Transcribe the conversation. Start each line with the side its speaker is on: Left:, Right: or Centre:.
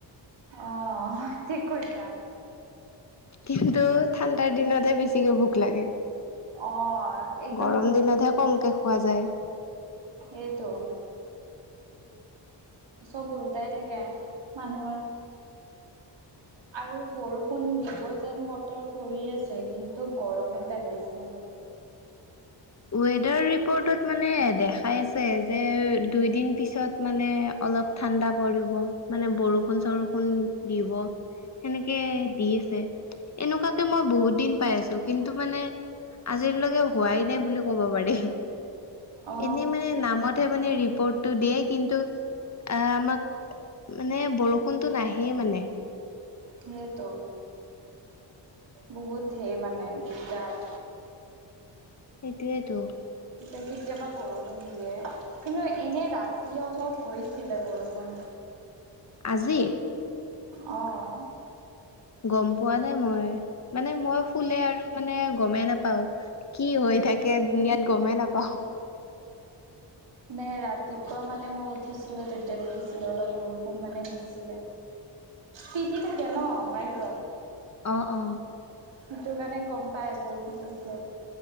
Right: অ ঠিক কৈছা
Left: কিন্তু ঠাণ্ডাৰ দিনতহে বেছিকে ভোক লাগে
Right: অ একদম
Left: গৰম দিনতহে কমকে খোৱা যায়
Right: এইটোো চব সদাই থাকে মানুহৰ আৰু বৰষুণ দিব যেন বতৰ পৰি আছে কিন্তু গৰমে পেলাইছে
Left: ৱেডাৰ ৰিপৰ্টত মানে দে পাই আছে যে দুই দিন পিছত মানে অলপ ঠাণ্ডা পৰিব মানে বৰষুণ চৰষুণ দিব সেনেকে দি আছে এনেকুৱাকে মই বহুত দিন পাই আছো কিন্তু মানে আজিলৈকে হোৱাই নাই বুলি কব পাৰি
Right: অ
Left: এনেই মানে নামতহে দিয়ে কিন্তু আমাক মানে বৰষুণটো নাহেই মানে
Right: সেইটো। বহুত সেই মানে দিগদাৰ।
Left: সেইটোয়েতো।
Right: এ কেতিয়াবা বৰষুণ দিয়ে কিন্তু এনেই ৰাতি অলপ হৈছিলে বৰষুণ।
Left: আজি।
Right: অঁ',
Left: গম পোৱা নাই মই। মানে মই ফুলে আৰু মানে গমেই নাপাওঁ। কি হৈ থাকে দুুনিয়াত গমেই নাপাওঁ।
Right: মানে ৰাতিপুৱা মানে মই উঠিছিলো তেতিয়া দেখিছিলো অলপ বৰষুণ মানে দিছিলে তিতি থাকে ন বাহিৰত।
Left: অ-অ,
Right: সেইটো কাৰণে গম পাই বৰষুণ দিছে